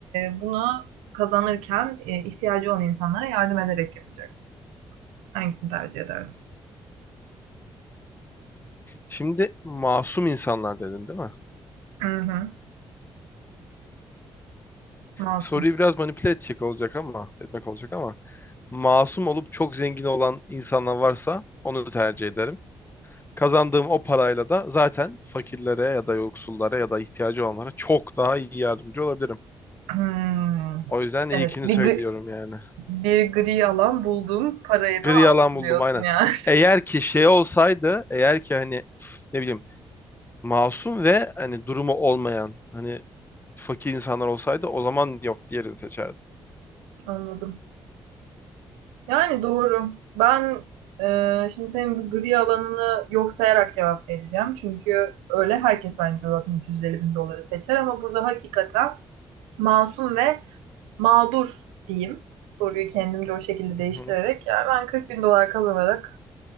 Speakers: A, on the right; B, on the left.
A: e, bunu kazanırken e, ihtiyacı olan insanlara yardım ederek yapacaksın. Hangisini tercih ederdin?
B: Şimdi masum insanlar dedin değil mi?
A: Hı hı, masum.
B: soruyu biraz manipüle edecek olacak ama etmek olacak ama masum olup çok zengin olan insanlar varsa onu tercih ederim. Kazandığım o parayla da zaten fakirlere ya da yoksullara ya da ihtiyacı olanlara çok daha iyi yardımcı olabilirim.
A: Hmm.
B: O yüzden ilkini
A: Evet bir,
B: söylüyorum
A: gri-
B: yani.
A: bir gri alan buldum parayı
B: Gri
A: da aldım
B: alan buldum
A: diyorsun
B: aynen.
A: yani.
B: Eğer ki şey olsaydı, eğer ki hani ne bileyim masum ve hani durumu olmayan hani fakir insanlar olsaydı o zaman yok diğerini seçerdim.
A: <laughs> Anladım. Yani doğru. Ben e, şimdi senin bu gri alanını yok sayarak cevap vereceğim. Çünkü öyle herkes bence zaten 350 bin doları seçer ama burada hakikaten masum ve mağdur diyeyim. Soruyu kendimce o şekilde
B: Hı
A: değiştirerek
B: hı.
A: yani ben 40 bin dolar kazanarak